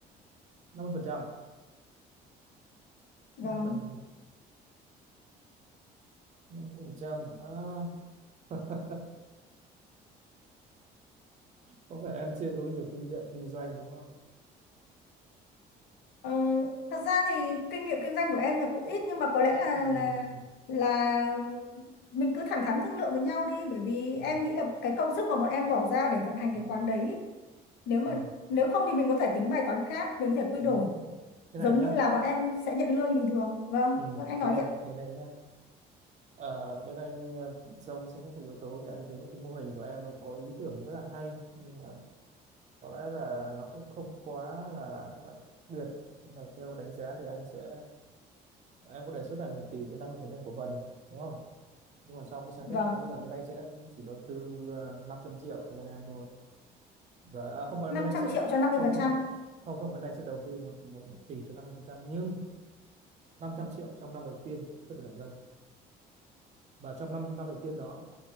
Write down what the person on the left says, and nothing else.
vâng
Ờ, thật ra thì kinh nghiệm kinh doanh của em là cũng ít nhưng mà có lẽ là
là là mình cứ thẳng thắn thương lượng với nhau đi bởi vì em
nghĩ là cái công sức mà bọn em bỏ ra để vận hành
cái quán đấy nếu mà
nếu không thì mình có thể tính bài toán khác mình có thể quy
đổi
giống
như là bọn em sẽ nhận lương như bình thường vâng
vâng anh nói
đi ạ
vâng
năm
trăm
triệu cho năm mươi
phần
trăm